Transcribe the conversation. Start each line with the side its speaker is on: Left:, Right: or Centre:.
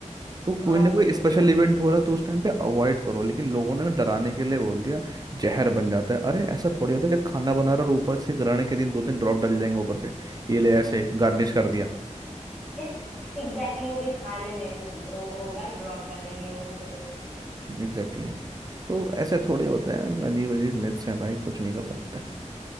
Right: तो कोई
Centre: और
Right: ना
Centre: नहीं
Right: कोई
Centre: तो
Right: स्पेशल
Centre: क्या
Right: इवेंट हो रहा है तो उस टाइम पे अवॉइड करो लेकिन लोगों ने डराने के लिए बोल दिया जहर बन जाता है अरे ऐसा थोड़ी होता है कि खाना बना रहा और ऊपर से ग्रहण के दिन दो तीन ड्रॉप डल जाएंगे ऊपर से ये ले ऐसे गार्निश कर दिया
Centre: <laughs> एग्जैक्टली exactly, वो भी खाने में वो होगा ड्रॉप डालेंगे वो ऊपर से
Right: Exactly exactly. तो ऐसे थोड़े होते हैं अजीब अजीब मिथ्स हैं भाई कुछ नहीं कर सकते